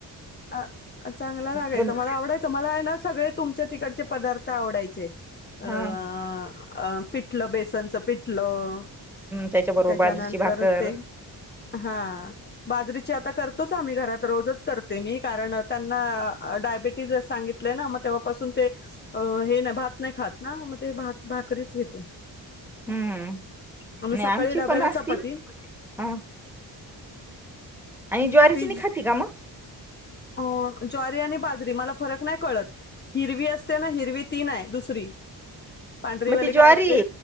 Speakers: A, on the left; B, in the centre.
A: <unintelligible> चांगला लागायचा
B: पण
A: मला आवडायचं मला आहे ना सगळे तुमच्या तिकडचे पदार्थ आवडायचे अ
B: हा
A: पिठलं बेसनचं पिठलं,
B: त्याच्या बरोबर
A: त्याच्यानंतर
B: बाजरीची भाकर
A: ते हा बाजरीची आता करतोच आम्ही घरात रोजच कर मी कारण त्यांना डायबेटीज सांगितलंय ना, मग तेव्हापासून ते हे नाही भात नाही खात ना मग ते भात भाकरीच घेते
B: हम्म
A: आणि
B: नाही
A: सकाळी
B: आमची
A: डब्याला
B: पण
A: चपाती.
B: असती हा आणि ज्वारीची
A: ती
B: नाही
A: ज-
B: खाती का मग?
A: अ, ज्वारी आणि बाजरी मला फरक नाही कळत. हिरवी असते ना, हिरवी ती नाही, दुसरी. पांढरीवाली
B: मग ती ज्वारी
A: काय असते,